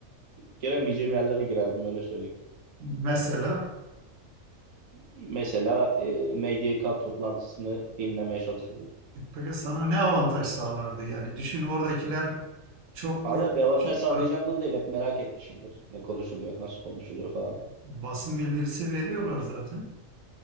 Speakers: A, on the right; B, on the right.
A: giremeyeceğim yerlere girerdim öyle söyleyeyim.
B: Mesela
A: Mesela e, MGK toplantısını dinlemeye çalışırdım.
B: e, peki sana ne avantaj sağlardı? Yani düşün oradakiler çok
A: Valla
B: böyle
A: bir avantaj
B: açık
A: sağlayacağından
B: ara-
A: değil hep merak etmişimdir. Ne konuşuluyor, nasıl konuşuluyor falan.
B: basın bildirisi veriyorlar zaten.